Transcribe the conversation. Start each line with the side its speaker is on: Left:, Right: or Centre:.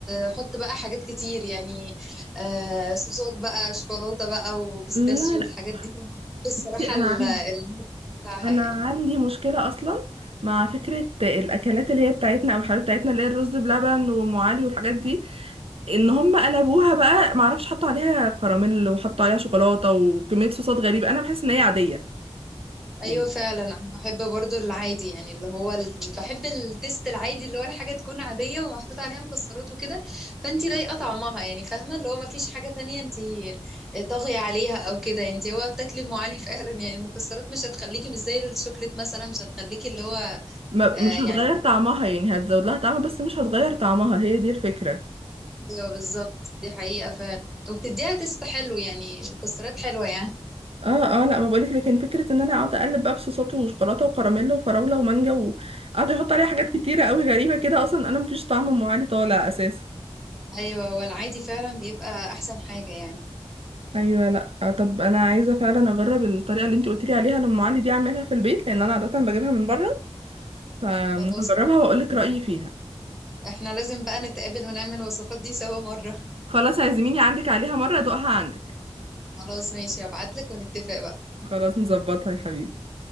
Centre: تحط بقى حاجات كتير يعني آه صوصات بقى شوكولاتة بقى وبيستاشيو
Right: لا لا
Centre: والحاجات دي بس الصراحة
Right: بصي
Centre: ال-
Right: انا عندي
Centre: ال- بتاعها
Right: انا عندي مشكله اصلا مع فكره الاكلات اللي هي بتاعتنا او الحاجات بتاعتنا اللي هي الرز بلبن وام علي والحاجات دي
Centre: يعني
Right: ان هم قلبوها بقى معرفش حطوا عليها كراميل وحطوا عليها شوكولاته وكميه صوصات غريبه انا بحس ان هي عاديه
Centre: ايوه
Right: يعني
Centre: فعلا انا بحب برضو العادي يعني اللي هو ال... بحب التيست العادي اللي هو الحاجه تكون عاديه ومحطوط عليها مكسرات وكده فانت ضايقه طعمها يعني فاهمه اللي هو ما فيش حاجه تانية انت آه، طاغيه عليها او كده يعني انت هو بتاكلي ام علي فعلا يعني المكسرات مش هتخليكي مش زي الشوكليت مثلا مش هتخليكي اللي هو
Right: ما
Centre: آه
Right: مش
Centre: يعني
Right: هتغير طعمها يعني هتزود لها طعمها بس مش هتغير طعمها هي دي الفكره
Centre: ايوه بالظبط دي حقيقه فعلا وبتديها تيست حلو يعني مكسرات حلوه يعني
Right: اه اه لا ما بقولك لكن فكره ان انا اقعد اقلب بقى بصوصات وشوكولاته وكراميل وفراوله ومانجا وقعدوا يحطوا عليها حاجات كتيره قوي غريبه كده اصلا انا مفيش طعم ام علي طالع اساسا
Centre: ايوه والعادي فعلا بيبقى احسن حاجه يعني
Right: ايوه لا آه، طب انا عايزه فعلا اجرب الطريقه اللي انت قلت لي عليها لام علي دي اعملها في البيت لان انا عاده بجيبها من بره فهجربها
Centre: خلاص
Right: واقول لك رايي فيها
Centre: احنا لازم بقى نتقابل ونعمل الوصفات دي سوا مرة
Right: خلاص عزميني عندك عليها مرة ادوقها عندك
Centre: خلاص ماشي هبعتلك ونتفق بقى
Right: خلاص نظبطها يا حبيبي